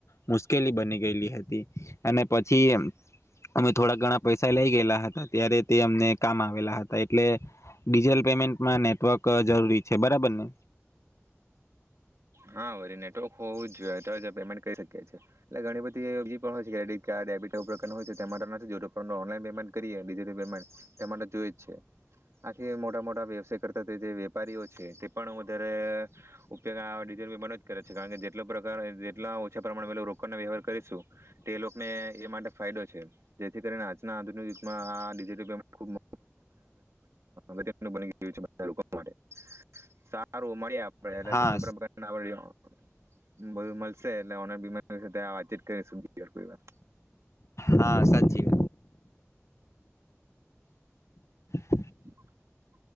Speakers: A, on the left; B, on the right.
A: મુશ્કે ઉકેલી બની ગયેલી હતી અને પછી અમે થોડા ઘણા પૈસા લઈ ગયેલા હતા ત્યારે તે અમને કામ આવેલા હતા એટલે ડિજિટલ પેમેન્ટમાં નેટવર્ક જરૂરી છે બરાબર ને.
B: હા વરી નેટવર્ક હોવું જ જોઈએ તો જ પેમેન્ટ કરી શકીીએ એટલે ઘણી બધી હોય છેડટ કાર્બટ પ્રકારનું હોય છે તે માટે નથી ઓનલાઈન પેમેન્ટ કરીએિજટલ પેમેન્ટ તે માટે જોઈ જ છે આથી મોટા મોટા વ્યવસાય કરતા જે વેપારીઓ છે તે પણ વધારે ઉપયોગ બંધ જ કરે છે કારણ કે જેટ પ્રકાર જેટલા ઓછા પ્રમાણ રોકાણ વ્યવહાર કરીશું તે લોકોને એ માટે ફાયદો છે જેથી કરીને આજના આધુનિક ગામ માટે સારું મળ્યા આપડે
A: હા
B: એટલે કોઈ પણ <inaudible> બધું મળશે એટલે ઓલા બીમારી <inaudible> વાતચીત કરી સુધી વા
A: હા સાચી <inaudible>
B: <inaudible>